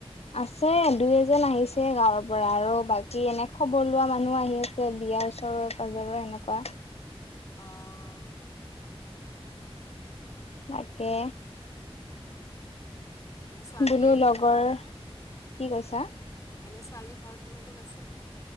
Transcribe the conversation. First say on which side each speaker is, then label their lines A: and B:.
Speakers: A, on the left; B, on the left.
A: আছে দুই এজন আহিছে গাঁৱৰ পৰা আৰু বাকী এনে খবৰ লোৱা মানুহ আহি আছে বিয়াৰ ওচৰৰ পাজৰৰ এনেকুৱা
B: অ',।
A: তাকে।
B: উম। এনে ছোৱালীৰ
A: বোলো লগৰ
B: ঘৰ
A: কি কৈছা।
B: এনে ছোৱালীৰ ঘৰত কোন কোন আছে?